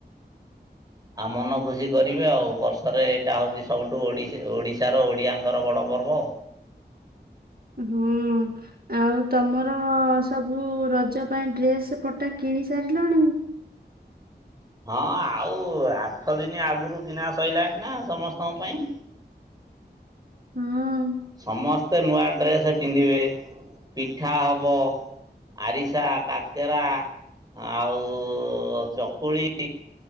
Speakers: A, on the right; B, on the right.
A: ଆଉ ମନ ଖୁସି କରିବେ ଆଉ ବର୍ଷ ରେ ଏଇଟା ହଉଛି ସବୁଠୁ ଓଡିଶ୍ ଓଡ଼ିଶାର ଓଡ଼ିଆଙ୍କର ବଡ଼ ପର୍ବ।
B: ହୁଁ ଆଉ ତମ ର-ଅ-ଅ ସବୁ ରଜ ପାଇଁ ଡ୍ରେସ ପଟା କିଣି ସାରିଲଣି?
A: ହଁ ଆଉ ଆଠ ଦିନ ଆଗରୁ କିଣା ସରିଲାଣି ନା ସମସ୍ତଙ୍କ ପାଇଁ।
B: ହଁ
A: ସମସ୍ତେ ନୂଆ ଡ୍ରେସ ପିନ୍ଧିବେ, ପିଠା ହବ ଆରିସା, କାକେରା ଆଉ-ଉ-ଉ-ଉ ଚକୁଳି,